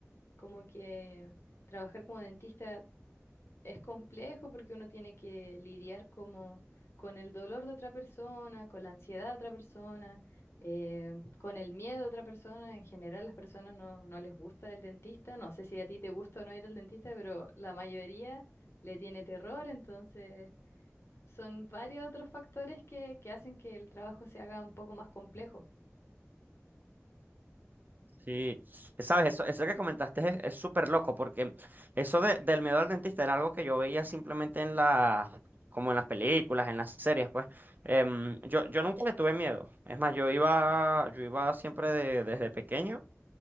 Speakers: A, on the left (about 55°); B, on the right (about 35°).
A: Como que trabajar como dentista es complejo porque uno tiene que lidiar como con el dolor de otra persona, con la ansiedad de otra persona, eh, con el miedo de otra persona. En general, las personas no, no les gusta el dentista. No sé si a ti te gusta o no ir al dentista, pero la mayoría le tiene terror, entonces son varios otros factores que, que hacen que el trabajo se haga un poco más complejo.
B: Sí, sabes, eso, eso que comentaste es es súper loco, porque eso de- del miedo al dentista era algo que yo veía simplemente en las, como en las películas, en las series, pues. Em, yo, yo nunca le tuve miedo. Es más, yo iba, yo iba siempre de- desde pequeño